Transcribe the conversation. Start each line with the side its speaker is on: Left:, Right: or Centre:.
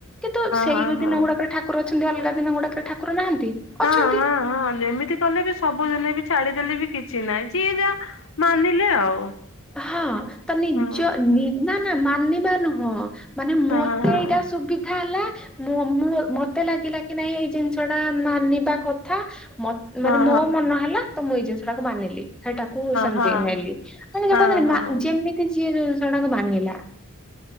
Centre: କିନ୍ତୁ ସେଇ
Left: ହଁ ହଁ।
Centre: ଦିନ ଗୁଡାକରେ ଠାକୁର ଅଛନ୍ତି, ଅଲଗା ଦିନ ଗୁଡାକରେ ଠାକୁର ନାହାନ୍ତି।
Left: ହଁ
Centre: ଅଛନ୍ତି।
Left: ହଁ ହଁ ଯେମିତି କଲେ ବି ସବୁ ଦିନେ ବି ଛାଡିଦେଲେ ବି କିଛି ନାହିଁ ଯିଏ ଯାହା ମାନିଲେ ଆଉ,
Centre: ହଁ ତ ନିଜ
Left: ହଁ।
Centre: ନି ନା ନା ମାନିବା ନୁହଁ, ମାନେ
Left: ହଁ
Centre: ମୋତେ
Left: ହଁ
Centre: ଏଇଟା ସୁବିଧା ହେଲା। ମୁଁ ମୁଁ ମତେ ଲାଗିଲା କି ନାଇଁ ଏଇ ଜିନିଷଟା ମାନିବା କଥା
Left: ହଁ
Centre: ମାନେ ମୋ ମନ ହେଲା ତ ମୁଁ ଏଇ ଜିନିଷଟାକୁ ମାନିଲି। ସେଟାକୁ ସେମତି
Left: ହଁ।
Centre: ନେଲି ମାନେ ଯିଏ
Left: ହଁ
Centre: କହନ୍ତିନି
Left: ହଁ ହଁ
Centre: ଯେମିତି ଯିଏ ଯୋଉ ଜିନିଷଟାକୁ ମାନିଲା।